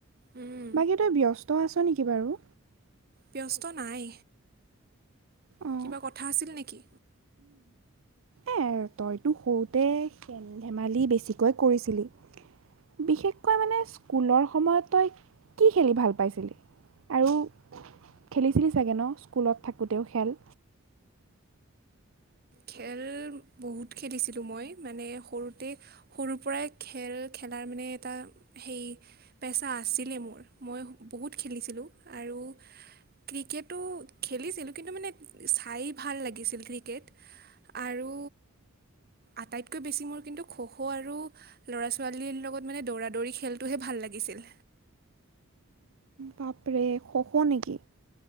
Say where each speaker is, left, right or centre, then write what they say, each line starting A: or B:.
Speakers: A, on the right; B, on the right.
A: উম,
B: বাকী তই ব্যস্ত ব্যস্ত আছ নেকি বাৰু
A: ব্যস্ত নাই।
B: অঁ
A: কিবা কথা আছিল নেকি?
B: এই তইতো সৰুতে খেল ধেমালি বেছিকৈ কৰিছিলি। বিশেষকৈ মানে স্কুলৰ সময়ত তই কি খেলি ভাল পাইছিলি? আৰু খেলিছিলি চাগে ন', স্কুলত থাকোঁতেও খেল
A: খেল বহুত খেলিছিলোঁ মই মানে সৰুতে সৰুৰ পৰাই খেল খেলাৰ মানে এটা সেই পেচা আছিলে মোৰ মই বহুত খেলিছিলোঁ আৰু। ক্ৰিকেটো খেলিছিলো কিন্তু মানে চাই ভাল লাগিছিল ক্ৰিকেট আৰু। আটাইতকৈ বেছি মোৰ কিন্তু খো' খো' আৰু ল'ৰা ছোৱালীৰ লগত মানে দৌৰা দৌৰি খেলটোহে ভাল লাগ লাগিছিলে।
B: বাপৰে শখ নেকি